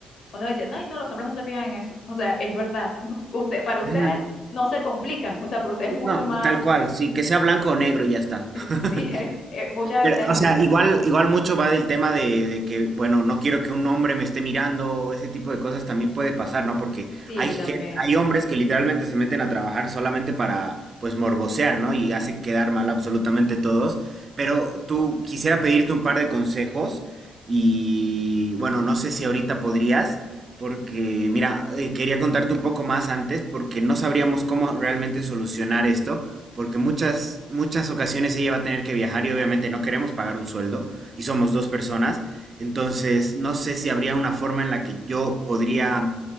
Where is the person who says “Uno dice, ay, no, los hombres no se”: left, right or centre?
Left